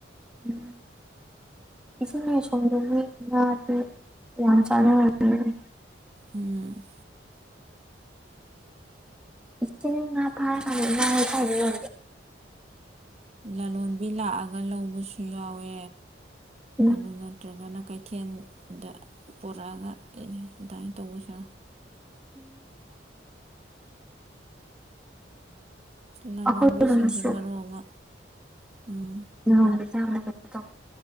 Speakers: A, in the centre; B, on the right.
A: ꯎ ꯏꯁꯤꯡ ꯌꯥꯥꯏꯁꯣꯡꯒꯤ ꯉꯥꯗꯤ ꯌꯥꯝ ꯆꯥꯅꯔꯅꯤ
B: ꯎꯝ
A: ꯏꯆ ꯉꯄꯥꯥꯏꯔ ꯍꯥꯏ ꯀꯔꯤꯦ
B: ꯂꯂꯣꯟꯕꯤ ꯂꯥꯛꯑꯒ ꯂꯧꯕꯁꯨ ꯌꯥꯎꯋꯦ
A: ꯎꯝ
B: ꯑꯗꯨ ꯅꯠꯇ꯭ꯔꯒꯅ ꯀꯩꯊꯦꯜ ꯗ ꯄꯣꯔꯛꯑꯒ ꯑꯗꯨꯃꯥꯏꯅ ꯇꯧꯕꯁꯨ
A: ꯎꯝ
B: ꯂꯂꯣꯟꯕꯤꯁꯤꯡꯁꯤ
A: ꯑꯩꯈꯣꯏꯗꯅꯁꯨ
B: ꯃꯔꯨꯞ ꯑꯃ ꯎꯝ
A: ꯡꯒꯤꯁꯦ ꯌꯥꯝꯅ ꯀ ꯇꯧ